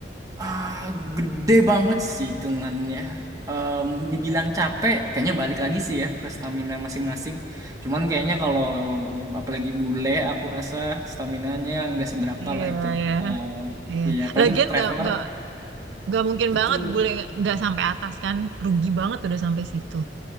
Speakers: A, on the right; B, on the right.
A: Ah, gede banget sih hitungannya. Em, dibilang capek, kayaknya balik lagi sih ya ke stamina masing-masing. Cuman
B: Heeh.
A: kayaknya kalau apalagi bule, aku rasa staminanya nggak seberapa
B: Iya,
A: lah itu.
B: iya,
A: Em,
B: iya.
A: iya, apalagi
B: Lagian
A: untuk traveler,
B: nggak nggak nggak mungkin
A: betul.
B: banget bule nggak sampai atas kan, rugi banget udah sampai situ.